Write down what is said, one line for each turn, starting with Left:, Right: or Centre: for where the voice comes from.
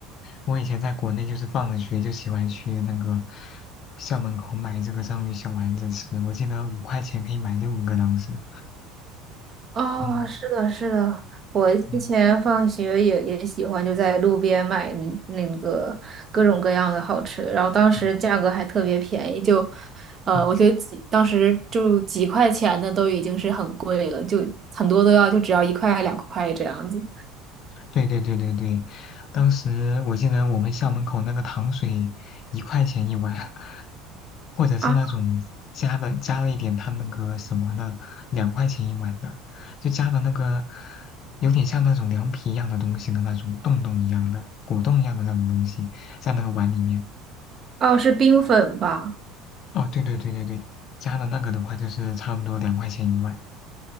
Left: 我以前在国内就是放了学就喜欢去那个校门口买这个章鱼小丸子吃，我记得五块钱可以买六个当时。
Right: 哦，
Left: 嗯
Right: 是的，是的，我之前放学也也喜欢就在路边买那那个各种各样的好吃的，
Left: 嗯
Right: 然后当时价格还特别便宜，
Left: 嗯
Right: 就，呃，
Left: 嗯，
Right: 我觉得几当时就几块钱的都已经是很贵了，就很多都要就只要一块两块这样子。
Left: 对对对对对，当时我记得我们校门口那个糖水一块钱一碗，或者是那种加的加了一点它那个什么的，
Right: 啊，
Left: 两块钱一碗的，就加的那个有点像那种凉皮一样的东西的那种洞洞一样的果冻一样的那种东西在那个碗里面。
Right: 哦，是冰粉吧？
Left: 哦，对对对对对，加的那个的话就是差不多两块钱一碗